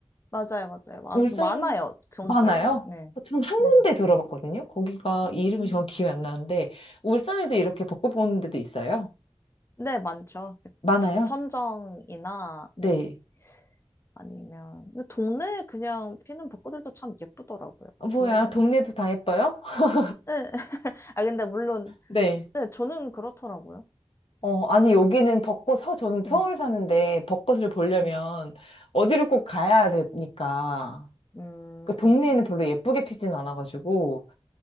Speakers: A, on the left; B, on the left.
A: 맞아요, 맞아요. 많,
B: 울산
A: 많아요, 경주에는.
B: 많아요?
A: 네,
B: 전 한
A: 네.
B: 군데 들어봤거든요. 거기가
A: 음,
B: 이름이 정확히 기억이 안 나는데 울산에도 이렇게 벚꽃 보는 데도 있어요.
A: 네, 많죠. 그
B: 많아요?
A: 작천정이나
B: 네.
A: 네. 아니면 근데 동네 그냥 피는 벚꽃들도 참 예쁘더라고요.
B: 어, 뭐야,
A: 길.
B: 동네도 다 예뻐요? <laughs>
A: 네. <laughs> 아 근데 물론
B: 네.
A: 네, 저는 그렇더라고요.
B: 어, 아니 여기는 벚꽃 서 저는
A: 네,
B: 서울 사는데 벚꽃을 보려면
A: 네.
B: 어디를 꼭 가야 되니까
A: 음.
B: 그 동네에는 별로 예쁘게 피진 않아가지고